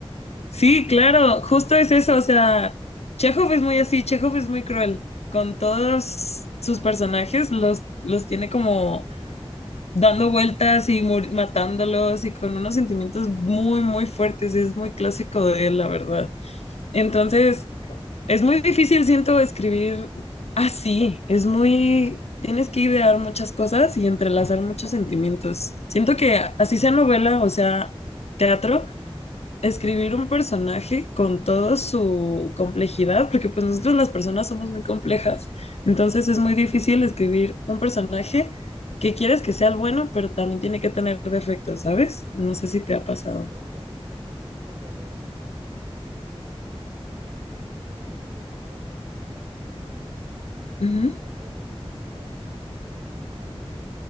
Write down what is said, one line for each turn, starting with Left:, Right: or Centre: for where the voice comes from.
Left: Sí, claro, justo es eso, o sea, Chekhov es muy así, Chekhov es muy cruel, con todos sus personajes los, los tiene como dando vueltas y mur- matándolos y con unos sentimientos muy, muy fuertes, es muy clásico de él, la verdad. Entonces, es muy difícil, siento, escribir así, es muy, tienes que idear muchas cosas y entrelazar muchos sentimientos. Siento que así sea novela, o sea, teatro escribir un personaje con toda su complejidad, porque pues nosotros las personas somos muy complejas, entonces es muy difícil escribir un personaje que quieres que sea el bueno, pero también tiene que tener defectos, ¿sabes? No sé si te ha pasado.
Right: No, no, sí, enti- es que lo que pasa, no, es que ese- yo, yo opino que ese no es el problema. El problema es que uno tiene como estándar, las personas que leen mucho o,
Left: Ujú,
Right: o, o- o le gusta un arte, tienen muchos estándares